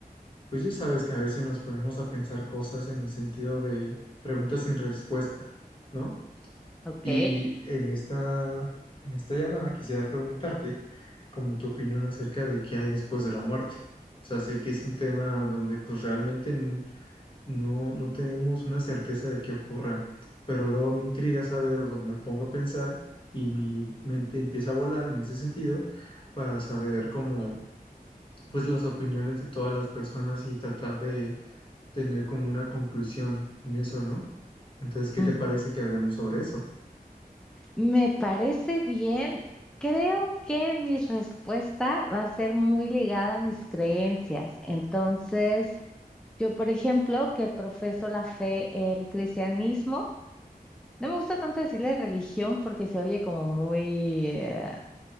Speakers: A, on the left; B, in the centre.
A: pues ya sabes que a veces nos ponemos a pensar cosas en el sentido de preguntas sin respuesta, ¿no?
B: Ok,
A: Y en esta, en esta llamada quisiera preguntarte como tu opinión acerca de qué hay después de la muerte. O sea, sé que es un tema donde pues realmente no, no tenemos una certeza de qué ocurra, pero luego me intriga saber, o sea, me pongo a pensar y mi mente empieza a volar en ese sentido para saber como, pues las opiniones de todas las personas y tratar de tener como una conclusión en eso, ¿no? Entonces, ¿qué
B: Ujú.
A: te parece que hablemos sobre eso?
B: Me parece bien. Creo que mi respuesta va a ser muy ligada a mis creencias. Entonces, yo, por ejemplo, que profeso la fe, el cristianismo, no me gusta tanto decirle religión porque se oye como muy, eh,